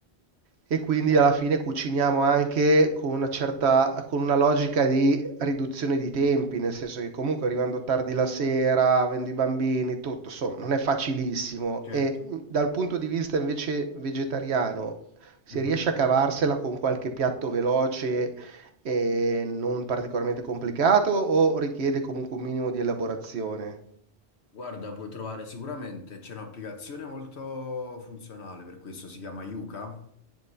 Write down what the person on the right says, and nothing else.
e quindi alla fine cuciniamo anche con una certa, con una logica di riduzione di tempi, nel senso che comunque arrivando tardi la sera, avendo i bambini, tutto, insomma, non è facilissimo.
E mh, dal punto di vista invece vegetariano, se
riesce a cavarsela con qualche piatto veloce e non particolarmente complicato o richiede comunque un minimo di elaborazione.